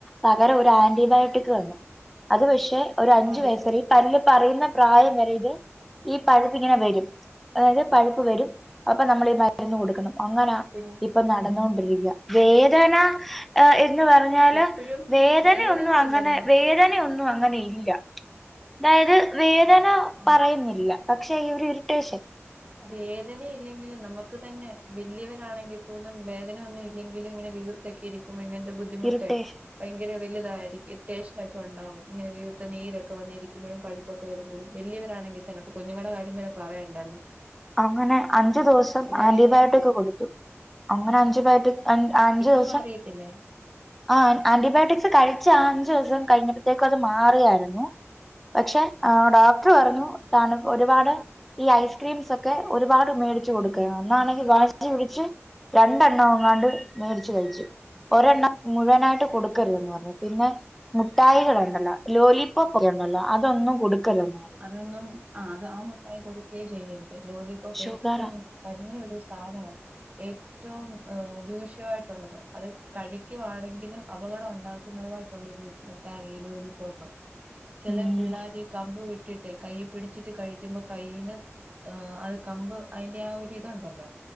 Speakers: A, in the centre; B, on the right.
A: പകരം ഒരു ആന്റിബയോട്ടിക് തന്നു അത് പക്ഷെ ഒരു അഞ്ചു
B: ആഹ് അതിപ്പോ
A: വയസ്സ് വരെ ഈ പല്ല് പറയുന്ന പ്രായം വരെ ഇത് ഈ പഴുപ്പ് ഇങ്ങനെ വരും അതായത് പഴുപ്പ് വരും അപ്പൊ നമ്മൾ ഈ മരുന്ന് കൊടുക്കണം അങ്ങനാ
B: കുഞ്ഞ്
A: ഇപ്പൊ നടന്നോണ്ടിരിക്ക വേദന ഏഹ് എന്ന് പറ റഞാല്
B: ഇപ്പഴും
A: വേദനൊന്നും
B: വേദനയൊന്നും
A: അങ്ങനെ
B: ഇല്ലല്ലോ
A: വേദന അങ്ങനോന്നും ഇല്ല അതായത് വേദന
B: ആഹ്
A: പറയുന്നില്ല പക്ഷെ ഈ ഒരു ഇറിട്ടേഷൻ
B: വേദനെ ഇല്ലെങ്കിലും നമ്മ ഇപ്പൊ തന്നെ വല്ലിയവരാണെങ്കിൽ പോലും വേദന ഒന്നും ഇല്ലെങ്കിലും ഇങ്ങനെ വീർതോക്കെ ഇരിക്കും അങ്ങനത്തെ ബുദ്ധി ബുദ്ധിമുട്ട്
A: ഇറിറ്റേഷൻ
B: ഭയങ്കര വലുതായിരിക്കും ഇരുട്ടെഷനൊക്കെ ഉണ്ടാവും ഇങ്ങനെ വീർത്ത് നീരൊക്കെ വന്നിരിക്കുമ്പോഴും പഴുപ്പ് ഒക്കെ വരുമ്പഴും വലിയവരാണെങ്കിൽ തന്നെപ്പൊ കുഞ്ഞുങ്ങള കാര്യം പിന്നെ പറയണ്ടായിന്ന്
A: അങ്ങനെ അഞ്ചു ദിവസം
B: കുഞ്ഞിനെനെ
A: ആന്റിബയോട്ടിക് കൊടുത്തു അങ്ങനെ അഞ്ചു ബയോട്ടിക് അഹ് അഞ്ചു
B: ഇപ്പൊ
A: ദിവസം
B: മാറിയിട്ടില്ലേ
A: ആഹ് ആന്റിബയോട്ടിക്സ് കഴിച്ച അഞ്ചു ദിവസം കഴിഞ്ഞപ്പോഴത്തേക്കും അത് മാറിയായിരുന്നു പക്ഷെ ഡോക്ടർ പറഞ്ഞു തണ ഒരുപാട് ഈ ഐസ്ക്രീംസ് ഒക്കെ ഒരുപാട് മേടിച്ച്ച കൊടുക്ക അന്നാണെങ്കിൽ വാഷി പിടിച്ച് രണ്ടെണ്ണം ഒങ്ങാണ്ട് മേടച്ച് കഴിച്ചു ഒരെണ്ണം മുഴുവനായിട്ട് കൊടുക്കരുതന്ന് പറഞ്ഞു പിന്നെ മുട്ടായികൾണ്ടല്ലോ ലോലിപപ്പ് ഉണ്ടല്ലോ അതൊന്നും കൊടുക്കരുത് പറഞ്ഞു
B: അതൊന്നും ആഹ് അത് ആഹ് മുട്ടായി കൊടുയേ ചെയ്യരുത് ലോലി
A: ഷുഗറാ
B: ഏറ്റവും കഞ്ഞൊ ഒരു സാധന ഏറ്റവും ദോശമായിട്ട് ള്ളത് അത് കഴിക്കുവാണെങ്കിലും അപകടം ഉണ്ടാക്കുന്നതുയിട്ടുള്ളൊരു മുട്ട ഇ ലോലിപോപ്പ് ചില
A: ഉം
B: പിള്ളേർ ഈ കമ്പ് വിട്ടിട്ടെ കൈ പിടിച്ചിട്ട് കഴിക്കുമ്പോ കൈയിന്ന് ആഹ് അത് കമ്പ് അതിന്റെ ആ ഒരുരിതു ഉണ്ടല്ലോ